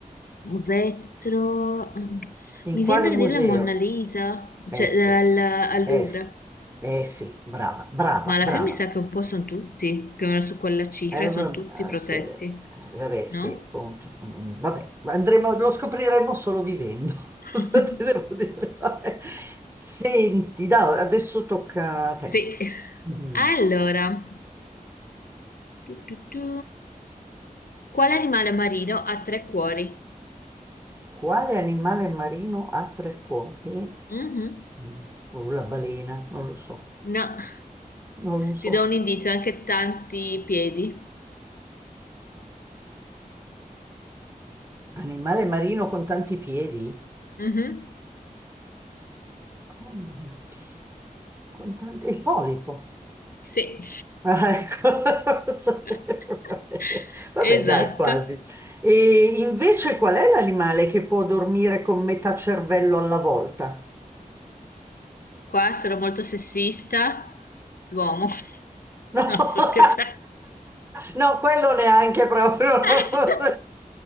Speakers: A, on the left; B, on the right.
A: vetro. mm.
B: in
A: Mi
B: quale
A: viene
B: museo?
A: da dire la Monna Lisa,
B: Eh
A: cioè
B: sì,
A: eh, al, al
B: eh
A: Louvre.
B: sì, eh sì, brava, brava,
A: Ma alla
B: brava.
A: fine mi sa che un po' sono tutti, più o meno su quella cifra,
B: Eh,
A: sono
B: va-
A: tutti protetti,
B: eh, se- eh, vabbè,
A: no?
B: sì, appunto. Mm, Vabbè, andremo, lo scopriremo solo vivendo. <laughs>
A: <laughs>
B: Cosa ti devo dire? Vabbè. Senti, no, adesso tocca a te.
A: Sì.
B: Mm.
A: Allora, tu, tu, tu. Quale animale marino ha tre cuori?
B: Quale animale marino ha tre cuori?
A: Mhm.
B: Mm, boh, La balena, non lo so,
A: No.
B: non lo so.
A: Ti do un indizio, anche tanti piedi.
B: Animale marino con tanti piedi?
A: Mhm.
B: Oh mio Dio, con tanti... Il polipo.
A: Sì.
B: Ah, ecco, <laughs> lo sapevo.
A: <laughs>
B: Vabbè,
A: Esatto.
B: dai, quasi. E invece qual è l'animale che può dormire con metà cervello alla volta?
A: Qua sarò molto sessista, l'uomo. <laughs>
B: No, <laughs>
A: No, sto scherzando.
B: no, quello neanche proprio.
A: <laughs>
B: <laughs>